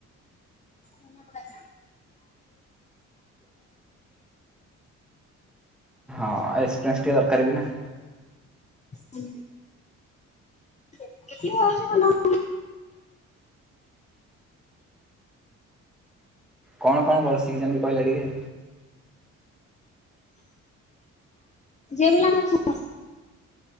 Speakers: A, on the left; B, in the centre.
A: ନନାକୁ ଡାକିବା।
B: ହଁ, ଏକ୍ସପ୍ରେରେନ୍ସ ଟିକେ ଦରକାର ବି ନା।
A: ହୁଁ। <unintelligible>
B: କଣ କଣ କରି ଶିଖିଚନ୍ତି କହିଲେ ଟିକେ
A: ଝିଅ ପିଲାଙ୍କର ସ